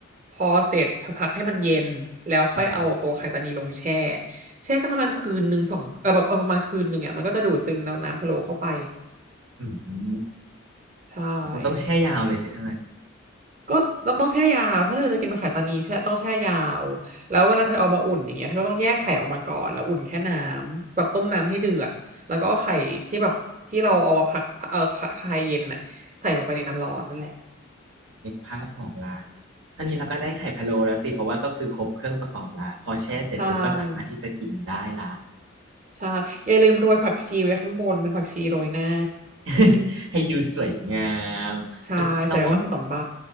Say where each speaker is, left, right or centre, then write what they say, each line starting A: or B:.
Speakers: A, on the right; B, on the right.
A: พอเสร็จเธอพักให้มันเย็น แล้วค่อยเอาตัวไข่ตานีลงแช่
B: อืมอหือ
A: แช่สักประมาณคืนหนึ่งสองเออแบบเออประมาณคืนหนึ่งอ่ะมันก็จะดูดซึมน้ำน้ำพะโล้เข้าไป
B: อืม
A: ใช่
B: ผมก็ต้องแช่ยาวเลยสิทั้างนั้น
A: ก็ต้องต้องแช่ยาวถ้าเธอจะกินมะขามตานีแช่ต้องแช่ยาวแล้วเวลาเธอเอามาอุ่นอย่างเงี้ยเธอก็ต้องแยกไข่ออกมาก่อนแล้วอุ่นแค่น้ำแบบต้มน้ำให้เดือดแล้วก็เอาไข่ที่แบบที่เราเอามาพักเอ่อคลายเย็นน่ะใส่ลงไปในน้ำร้อนนั่นแหละ
B: นึกภาพออกละเท่านี้เราก็ได้ไข่พะโล้แล้วสิ เพราะว่าก็คือครบเครื่องประกอบละพอแช่เสร็จปุ๊บก็สามารถที่จะกินได้ละ
A: ใช่ใช่อย่าลืมโรยผักชีไว้ข้างบนเป็นผักชีโรยหน้า
B: <laughs> ให้ดูสวยงามเออเราว่า
A: ใช่ใส่ไปมาสองสามใบ